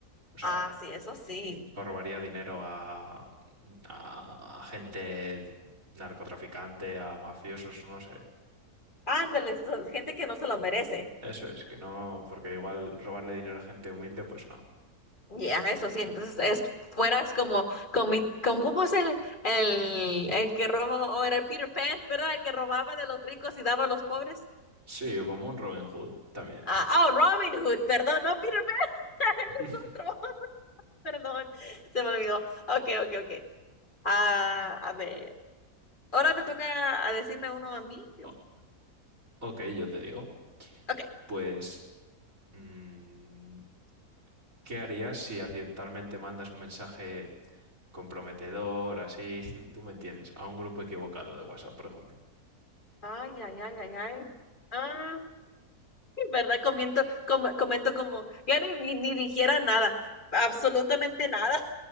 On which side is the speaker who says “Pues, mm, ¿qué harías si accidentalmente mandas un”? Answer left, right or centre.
Right